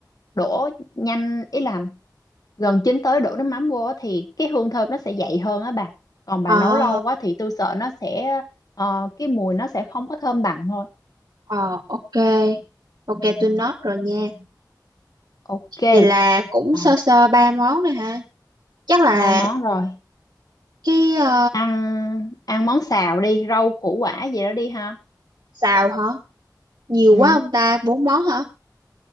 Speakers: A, on the left (about 55°); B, on the right (about 75°).
A: đổ nhanh ý là gần chín tới đổ nước mắm vô á thì cái hương thơm nó sẽ dậy hơn á bà còn
B: Ờ,
A: bà nấu lâu quá thì tôi sợ nó sẽ ờ, cái mùi nó sẽ không có thơm bằng thôi
B: ờ, ok. Ok, tôi note rồi nha.
A: ok
B: Vậy là cũng
A: rồi
B: sơ sơ ba món rồi ha. Chắc là
A: ba món rồi
B: cái ờ,
A: ăn ăn món xào đi rau củ quả gì đó đi ha
B: xào hả? Nhiều
A: ừ
B: quá ông ta, bốn món hả?